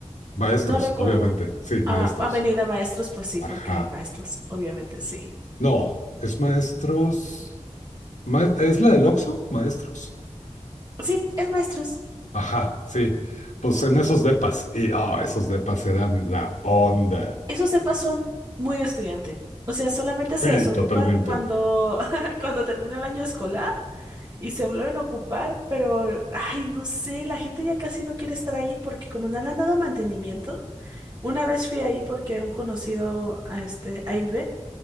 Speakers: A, on the left (about 85°); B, on the right (about 35°).
A: Maestros,
B: No recuerdo.
A: obviamente. Sí,
B: Ah,
A: maestros.
B: Avenida Maestros, pues sí,
A: Ajá.
B: porque hay maestros, obviamente, sí.
A: No, es maestros. ma- ¿es la del Oxxo? Maestros.
B: Sí, es maestros.
A: Ajá, sí. Pues en esos depas. Y ah, esos depas eran la onda.
B: Esos cepas son muy de estudiante. O sea, solamente se
A: Sí,
B: desocupan
A: totalmente.
B: cuando, <laughs> cuando termina el año escolar y se vuelven a ocupar, pero, ay, no sé, la gente ya casi no quiere estar ahí porque como no le han dado mantenimiento, una vez fui ahí porque un conocido, a este, ahí vive,